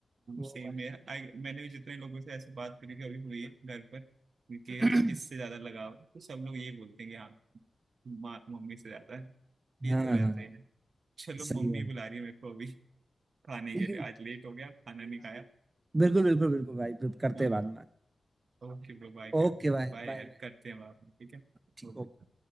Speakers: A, on the right; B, on the right.
A: वो
B: सेम
A: वाली
B: है आई मैंने भी जितने लोगों से ऐसे बात करी कि अभी हुई है घर पर कि
A: <clears throat>
B: किससे ज्यादा लगाव है, तो सब लोग ये बोलते हैं कि हाँ माँ मम्मी से ज्यादा है ये
A: हाँ
B: तो
A: हाँ
B: रहता
A: हाँ,
B: ही है चलो
A: सही
B: मम्मी
A: है
B: बुला रही है मेरे को अभी खाने
A: लेकिन
B: के लिए आज लेट हो गया खाना नहीं खाया
A: बिल्कुल बिल्कुल बिल्कुल भाई करते
B: हाँ,
A: हैं बाद में
B: ओके ब्रो बाय
A: ओके
B: कर
A: भाई
B: बाय
A: बाय
B: यार
A: बाय
B: करते हैं बाद में ठीक है
A: ठीक
B: Okay.